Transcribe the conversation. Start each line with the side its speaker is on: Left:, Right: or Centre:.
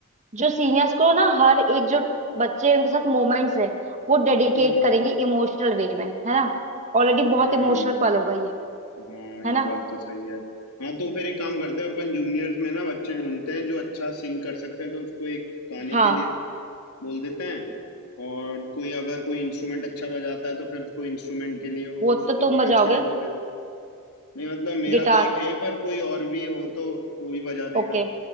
Right: जो सीनियर्स को ना हर एक जो बच्चे हैं, उनके साथ मोमेंट्स है वो डेडिकेट
Left: हम्म
Right: करेंगे इमोशनल वे में है ना ऑलरेडी बहुत
Left: हम्म
Right: इमोशनल पल होगा ये
Left: हाँ ये
Right: है ना
Left: बात तो सही है हाँ तो फिर एक काम करते हैं अपन जूनियर्स में ना बच्चे ढूंढते हैं जो अच्छा सिंग कर सकते हैं तो उसको एक गाने
Right: हाँ
Left: के लिए बोल देते हैं और कोई अगर कोई इंस्ट्रूमेंट अच्छा बजाता है तो फिर उसको इंस्ट्रूमेंट के लिए
Right: वो
Left: उस
Right: तो
Left: परफॉर्मेंस
Right: तुम बजाओगे
Left: के लिए बोल देते नहीं मतलब मेरा
Right: गिटार
Left: तो एक है ही पर कोई और भी हो तो वो भी बजा देगा
Right: ओके